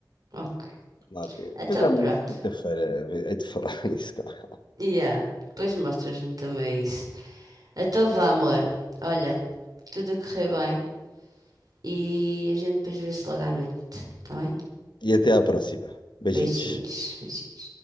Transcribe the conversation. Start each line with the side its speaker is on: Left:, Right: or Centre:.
Right: Ok.
Left: Vamos lá ver.
Right: Então
Left: Depois, à
Right: pronto.
Left: quinta-feira, é de falar <laughs> nisso. cara.
Right: Yeah. Depois mostras-me também isso. Então vá, amor. Olha, tudo a correr bem e a gente depois vê-se logo à noite, tá bem?
Left: E até à próxima. Beijinhos.
Right: Beijinhos, beijinhos.